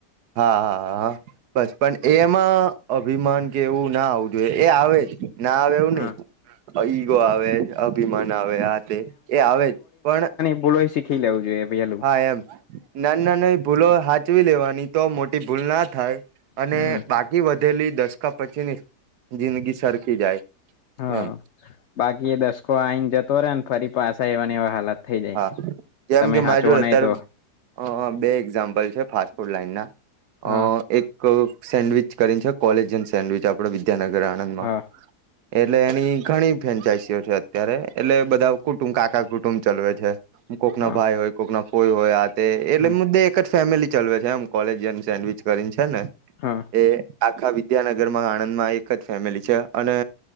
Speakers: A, on the right; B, on the left.
A: હા હા આ. બસ પણ એમાં અભિમાન કે એવું ના આવવું જોઈએ એ આવે જ. ના આવે એવું
B: હા
A: નઈ, ઈગો આવે અભિમાન આવે આ તે એ આવે જ પણ
B: બોલોઈ શીખીેવું જોઈએ પ
A: હા એમ ના ના ના ભૂલો સાાચવી લેવાની તો મોટી ભૂલ ના થાય અને
B: હમ
A: બાકી વધેલી દશકા પછીની જિંદગી સરખી જાય
B: હા
A: એમ
B: બાકી એ દસકો આ આવીને જતો રહેે ને ફરી પાછા એવાની એવા હાલત થઈ જાય
A: હા, જેમ
B: તમે
A: કે
B: હાચવો
A: મા જોડ અત્યારે
B: નહી તો
A: અ બે એક્ઝામ્પલ છે ફાસ્ટ ફૂડ લાઈન ના
B: હા
A: અ એક સેન્ડવીચ કરીને છે કોલેજયન સેન્ડવીચ આપડ વિદ્યાનગર આણંદ માં.
B: હા
A: એટલે એની ઘણી ફ્રેન્ચાઈસીઓ છે અત્યારે એટલે બધા કુટુંબ, કાકા કુટુંબ ચલવે છે કોક
B: હા
A: ના ભાઈ હોય, કોક ના કોઈ હોય આ તે એટલે
B: હા
A: મુદ્દે એક ફેમિલી ચાલવે છે એમ કોલેજયન સેન્ડવીચ કરીને છે ને.
B: હા
A: એ આખા વિદ્યાનગરમાં આણંદમાં એક જ ફેમિલી છે અને